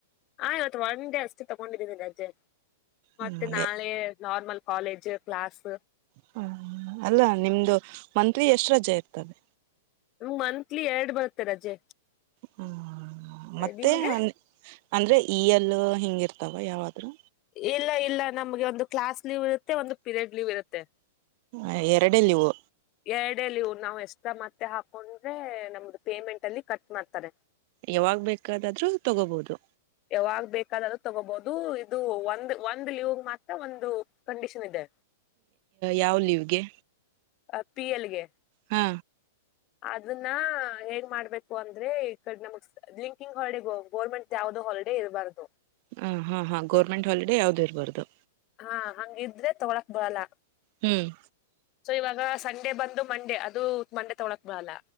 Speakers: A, on the left; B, on the right.
A: ಆ ಇವತ್ತು ಒನ್ ಡೇ ಅಷ್ಟು ತಗೊಂಡಿದ್ದೀನಿ ರಜ್ಜೆ ಮತ್ತೆ
B: ಹ್ಮ್
A: ನಾಳೆ ನಾರ್ಮಲ್ ಕಾಲೇಜ್ ಕ್ಲಾಸ್
B: ಹ ಅಲ್ಲ ನಿಮ್ದು ಮಂತ್ಲಿ ಎಷ್ಟ್ರ ರಜೆ ಇರ್ತದೆ
A: ಮಂತ್ಲಿ ಎರಡು ಬರುತ್ತೆ ರಜೆ
B: ಹ್ಮ ಮತ್ತೆ
A: ನಿಮ್ಗೆ
B: ಅಂದ್ರೆ ಈ ಎಲ್ಲ ಹಿಂಗಿರ್ತಾವ ಯಾವಾದ್ರು
A: ಇಲ್ಲ ಇಲ್ಲ ನಮ್ಗೆ ಒಂದು ಕ್ಲಾಸ್ ಲೀವ್ ಇರುತ್ತೆ ಒಂದು ಪೀರಿಯಡ್ ಲೀವ್ ಇರುತ್ತೆ
B: ಹ ಎರಡಲ್ಲಿವು
A: ಎರಡೇ ಲಿವು ನಾವ್ ಎಷ್ಟ ಮತ್ತೆ ಹಾಕೊಂಡ್ರೆ ನಮ್ದು ಪೇಮೆಂಟ್ ಅಲ್ಲಿ ಕಟ್ ಮಾಡ್ತಾರೆ
B: ಯಾವಾಗ್ ಬೇಕಾದಾದ್ರೂ ತಗೋಬಹುದು
A: ಯಾವಾಗ್ ಬೇಕಾದ್ರೂ ಅದು ತಗೋಬಹುದು ಇದು ಒಂದ್ ಒಂದ್ ಲೀವ ಮಾತ್ರ ಒಂದು ಕಂಡೀಷನ್ ಇದೆ
B: ಯಾವ ಲೀವ್ಗೆ
A: ಆ ಪಿ ಎಲ್ಗೆ
B: ಹಾ
A: ಅದನ್ನ ಹೆೇಂಗ ಮಾಡ್ಬೇಕು ಅಂದ್ರೆ ಈ ಕಡ್ ನಮಗ್ ಲಿಂಕಿಂಗ್ ಹಾಲಿಡೆ ಗೌರ್ಮೆಂಟ್ ಯಾವ್ದೋ ಹಾಲಿಡೆ ಇರಬಾರದು
B: ಹ ಹಾ ಹಾ ಗೌರ್ಮೆಂಟ್ ಹಾಲಿಡಡೆ ಯಾವ್ದು ಇರ್ಬಾರದು
A: ಹಾ ಹಂಗಿದ್ರೆ ತೊಗಳಕ್ ಬರಲ್ಲ
B: ಹ್ಮ್
A: ಸೊ ಇವಾಗ ಸಂಡೆ ಬಂದು ಮಂಡೆ ಅದು ಮಂಡೇ ತಗೊಳಕ್ ಬಡಲ್ಲ